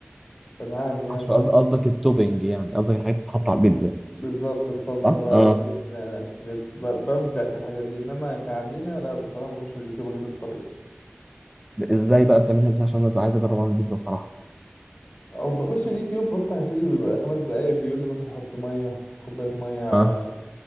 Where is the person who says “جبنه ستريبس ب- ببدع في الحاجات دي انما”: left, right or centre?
Left